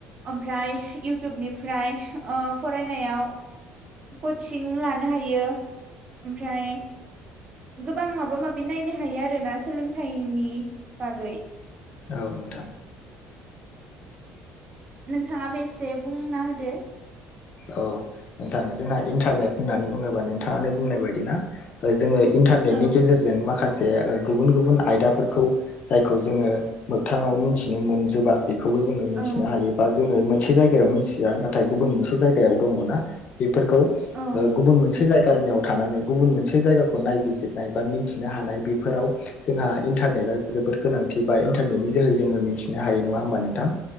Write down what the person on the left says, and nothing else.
औ नोंथां
औ नोंथां जोंहा इन्टारनेट होननानै बुङोबा नोंथाङानो बुंनाय बायदि ना जोङो। इन्टारनेटनि
गेजेरजों माखासे गुबुन गुबुन आयदाफोरखौ जायखौ जोङो मोगथाङाव मिथिनो मोनजोबा। बेखौबो जोङो मिथिनो
हायो बा जोङो मोनसे जायगायाव मिथिया नाथाय गुबुन मोनसे जायगा। दङ बेफोरखौ
गुब मोनसे ज थानानै गुबुन मोनसे जाखौनाय। बिजिरनाय बा मिन्थिनो हानाय बेफोराव जोंहा इन्टारनेटा जोबोद गोनांथि बा इन्टारनेटनि जोहै जोङो। मिथिनो हायो नङा हबा नोंथां